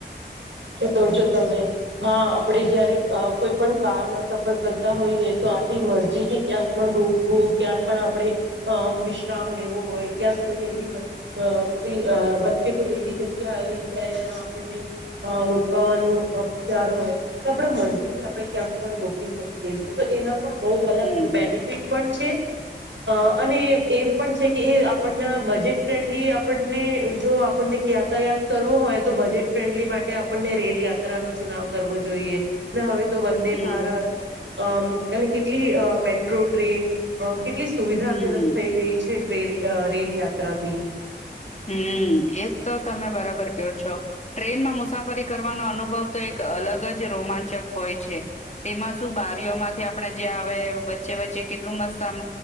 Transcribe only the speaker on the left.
હમ
હમ
હમ હમ
હમ એજ તો તમે બરાબર કહો છો ટ્રેનમાં મુસાફરી કરવાનો અનુભવ તો એક અલગ જ રોમાંચક હોય છે તેમાં શું બારીઓ માંથી આપણેે જે આવે વચ્ચે વચ્ચે કેટલું મસ્ત